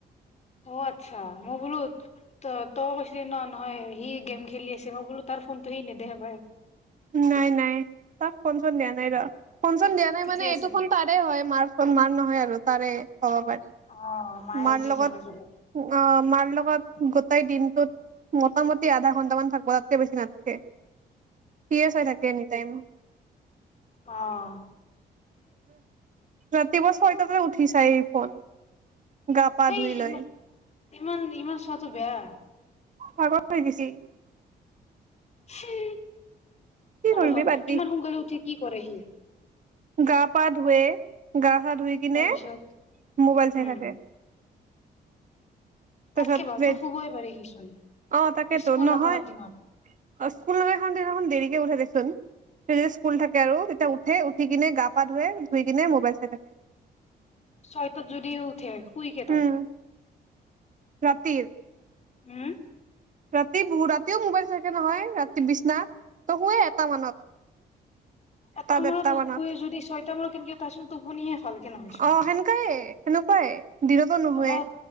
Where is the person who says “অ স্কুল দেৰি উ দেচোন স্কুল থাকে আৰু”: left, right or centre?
Right